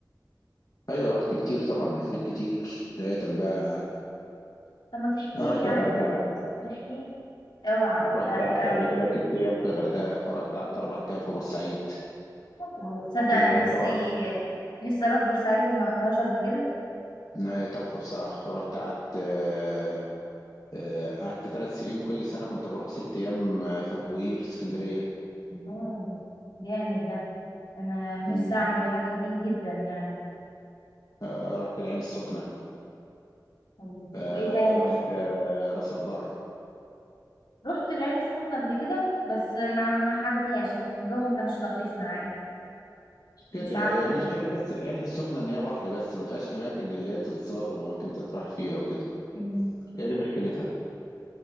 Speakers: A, on the left; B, on the left.
A: ايوه رحت كتير طبعا لفيت كتير بداية بقى
B: طب ما تحكي
A: رحت
B: لي يعني
A: الغردقة
B: احكي لي اوعى
A: رحت
B: لا
A: قعدت قبل
B: اوعى
A: كده ست ايام في الغردقة ورحت قعدت اربع ايام في بورسعيد
B: وتصدق
A: وطبعا
B: انا نفسي
A: رحت
B: نفسي اروح بورسعيد ما رحتهاش قبل كده
A: نهاية تحفة بصراحة ورحت قعدت آه، آه، قعدت ثلاث سنين كل سنة كنت بروح ست ايام آه، في ابو قير اسكندرية
B: الله، جامد ده انا نفسي
A: مم.
B: اعمل الحاجه دي جدا يعني
A: آه، رحت العين السخنة
B: طب
A: آه،
B: وايه تاني
A: رحت آه، راس البر
B: رحت العين السخنة قبل كده بس ما حبتهاش يعني الجو ما كانش لطيف معايا
A: كده
B: مش عارفة
A: هي مشكلة
B: ليه
A: بس العين السخنة إن هي بحر بس ما فيهاش أماكن اللي هي تتزار وأماكن تطرح فيها وكده
B: مم.
A: هي دي مشكلتها